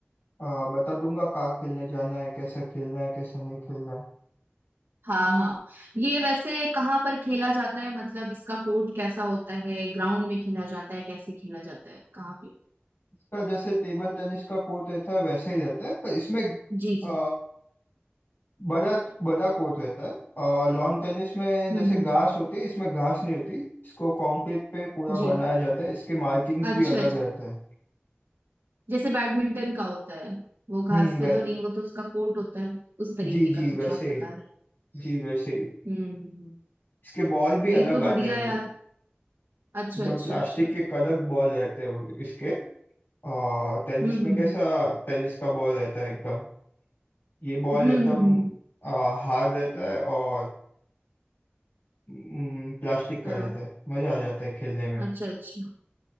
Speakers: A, on the left (about 65°); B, on the right (about 75°).
A: आ, बता दूंगा कहाँ खेलने जाना है कैसे खेलना है कैसे नहीं खेलना है
B: हाँ हाँ ये वैसे कहाँ पर खेला जाता है मतलब इसका कोर्ट कैसा होता है ग्राउंड में खेला जाता है कैसे खेला जाता है कहाँ पे
A: इसका जैसे टेबल टेनिस का कोर्ट रहता है वैसे ही रहता है पर इसमें
B: जी
A: आ,
B: जी
A: बड़ा बड़ा कोर्ट रहता है और लॉन टेनिस में जैसे
B: हम्म हम्म,
A: घास होती है इसमें घास नहीं होती इसको कंक्रीट पे पूरा
B: जी
A: बनाया जाता है इसके मार्किंग्स
B: अच्छा
A: भी अलग
B: अच्छा
A: रहते हैं
B: जैसे बैडमिंटन का होता है वो घास
A: हम्म बै
B: पे तो नहीं वो तो उसका कोर्ट होता है उस तरीके
A: जी जी
B: का कुछ
A: वैसे
B: आप बता
A: ही
B: रहे
A: जी वैसे ही
B: हैं। हम्म हम्म, हम्म।
A: इसके बॉल भी
B: ये
A: अलग
B: तो
A: आते
B: बढ़िया
A: हैं
B: यार अच्छा
A: एकदम
B: अच्छा
A: प्लास्टिक
B: अच्छा
A: के कड़क बॉल रहते हैं वो इसके आ, टेनिस
B: हम्म
A: में
B: हम्म
A: कैसा टेनिस का बॉल रहता है एकदम ये बॉल
B: हम्म हम्म
A: एकदम
B: हम्म, हम्म, हम्म।
A: आ, हार्ड रहता है और हम्म, प्लास्टिक का
B: हाँ
A: रहता है मज़ा आ जाता है खेलने में
B: अच्छा अच्छा